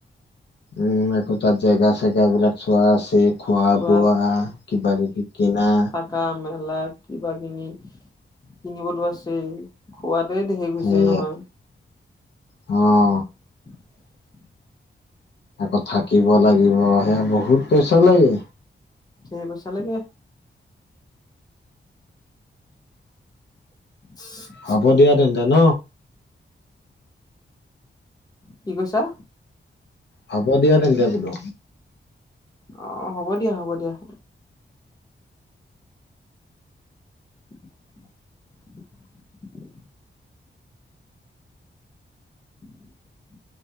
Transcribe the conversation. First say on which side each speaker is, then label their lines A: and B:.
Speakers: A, on the left; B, on the left.
A: উম, একো তাত‌ জেগা চেগা এইবিলাক চোৱা আছেই। খোৱা
B: চোৱা
A: বোৱা কিবা কিবি কিনা।
B: থকা মেলা কিবা কিনি কিনিবতো আছেই। খোৱাতেই ধেৰ গুছি
A: সেয়া
B: যায় নহয়।
A: অ।
B: <inaudible>
A: আকৌ থাকিব লাগিব, সেয়া বহুত পইচা লাগে।
B: ধেই পই চা লাগে। <inaudible>
A: হ'ব দিয়া তেন্তে ন।
B: কি কৈছা?
A: হ'ব দিয়া তেন্তে বোলো।
B: অ', ‌‌ হ'ব দিয়া, হ'ব দিয়া। <unintelligible> <inaudible>